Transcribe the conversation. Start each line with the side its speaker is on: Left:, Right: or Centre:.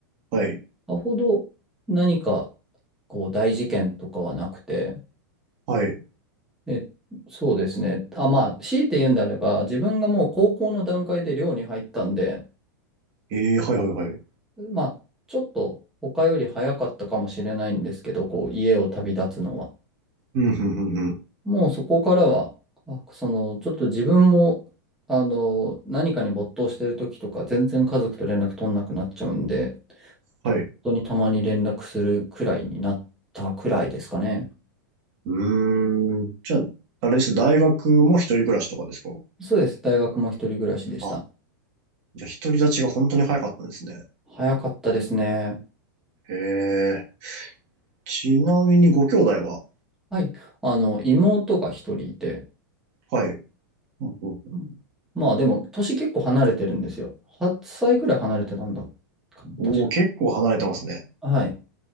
Right: はい。
Centre: さほど何かこう大事件とかはなくて、
Right: はい。
Centre: で、そうですね。あ、まあ、強いて言うんであれば、自分がもう高校の段階で寮に入ったんで、
Right: ええはいはいはい。
Centre: まあ、ちょっと他より早かったかもしれないんですけど、こう、家を旅立つのは。
Right: うん、うん、うん、うん。
Centre: もうそこからは、あ、その、ちょっと自分も、あの、何かに没頭してる時とか、全然家族と連絡取んなくなっちゃうんで、
Right: はい。
Centre: 本当にたまに連絡するくらいになったくらいですかね。
Right: うーん。じゃあ、あれです。大学も一人暮らしとかですか
Centre: そうです。大学も一人暮らしでした。
Right: あ、じゃあ独り立ちが本当に早かったんですね。
Centre: 早かったですね。
Right: へえ。ちなみにご兄弟は
Centre: はい。あの、妹が一人いて、
Right: はい。ほうほう
Centre: うんまあでも、年結構離れてるんですよ。8歳ぐらい離れてたんだかな、
Right: ほうおお、
Centre: 確
Right: 結構離れてますね。
Centre: か。はい。